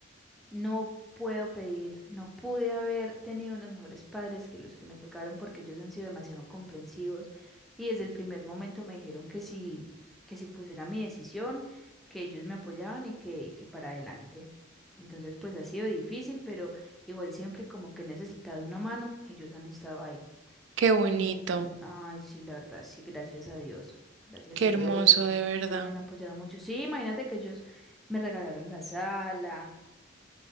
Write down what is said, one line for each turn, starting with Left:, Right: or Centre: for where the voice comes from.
Centre: No puedo pedir, no pude haber tenido unos mejores padres que los que me tocaron porque ellos han sido demasiado comprensivos y desde el primer momento me dijeron que sí, que sí pues era mi decisión, que ellos me apoyaban y que, y que para adelante. Entonces pues ha sido difícil, pero igual siempre como que he necesitado una mano, ellos han estado ahí.
Right: qué bonito,
Centre: Entonces, ay, sí, la verdad, sí, gracias a Dios. Gracias
Right: qué
Centre: a
Right: hermoso
Centre: Dios, ellos,
Right: de verdad.
Centre: ellos me han apoyado mucho. Sí, imagínate que ellos me regalaron la sala